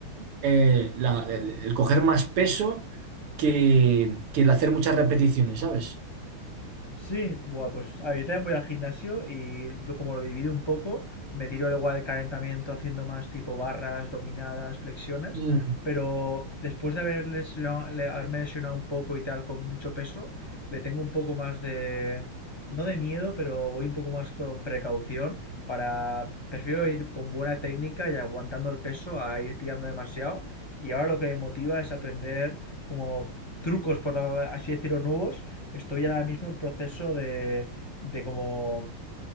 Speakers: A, on the right; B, on the left.
A: eh, la- el, el coger más peso que, que el hacer muchas repeticiones, ¿sabes?
B: Sí, bueno, pues ahorita voy al gimnasio y lo- como lo divido un poco, me tiro al igual el calentamiento haciendo más tipo barras, dominadas, flexiones,
A: Mm,
B: pero después de haber lesionado- le- haberme lesionado un poco y tal con mucho peso, le tengo un poco más de, no de miedo, pero voy un poco más con precaución para, prefiero ir con buena técnica y aguantando el peso a ir tirando demasiado y ahora lo que me motiva es aprender como trucos, por así decirlo, nuevos. Estoy ahora mismo en proceso de, de como